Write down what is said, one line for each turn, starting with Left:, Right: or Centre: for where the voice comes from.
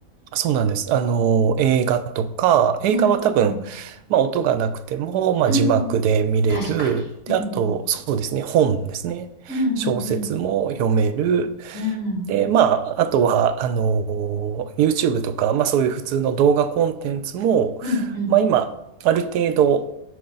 Right: そうなんです。あの、映画とか、映画は多分、
Left: うんうん。
Right: まあ音がなくても、まあ字幕で見れる。
Left: うん。確かに。
Right: で、
Left: うんうん。
Right: あと、そうですね、本ですね。
Left: うんうんうん。
Right: 小説も読める。
Left: うん。
Right: で、まあ、あとは、あの、YouTube とか、まあそういう普通の動画コンテンツも、
Left: うんうん。
Right: まあ今、ある程度、